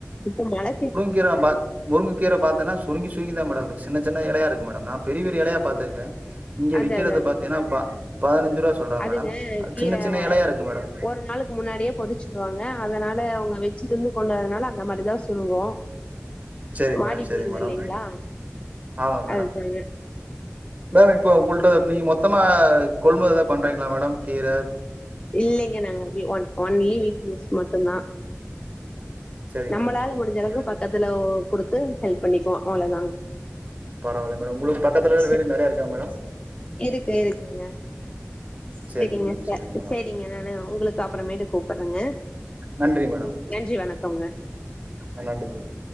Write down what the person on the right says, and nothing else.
கீரோம்பா முருங்க கீர பத்தேன்னா சுருங்கி சுருங்கி தா இருக்கு மேடம் சின்ன சின்ன எலயா இருக்கு மேடம் நா பெரிய பெரிய எலையா பாத்துருக்ற இங்க
விக்கிறத
பாத்தீங்கன்னா ப பதினஞ்சு ரூபா சொல்றாங்
மேடம்
சின்ன சின்ன
எலையா இருக்கு மேடம்
சரி
மேடம் சரி
மேடம் ஆமா மேடம்
மேம் இப்போ உங்களிட்ட நீங்க மொத்தமா கொள்முதல் ஏதா பண்றீங்ளா மேடம் கீர
சரிங்க
மேடம் சரி
மேடம்
பரவால்ல மேடம் உங்களுக்கு பக்கத்துல
வீடு நெறைய இருக்கா மேடம்
சரிங்க மேடம்
சரிங்க மேடம்
நன்றி மேடம்
ஆ நன்றி வணக்கம்